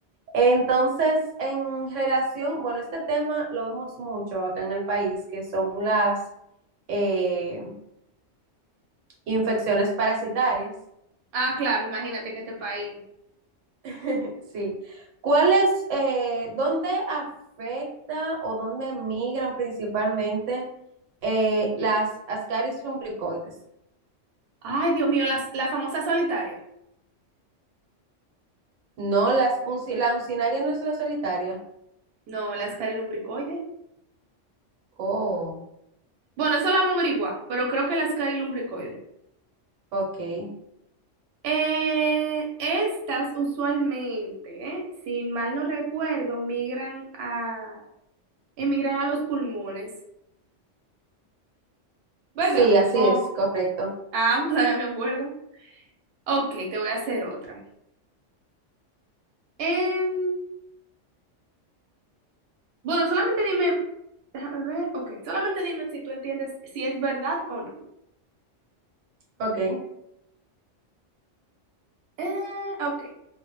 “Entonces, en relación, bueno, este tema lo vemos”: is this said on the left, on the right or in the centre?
Right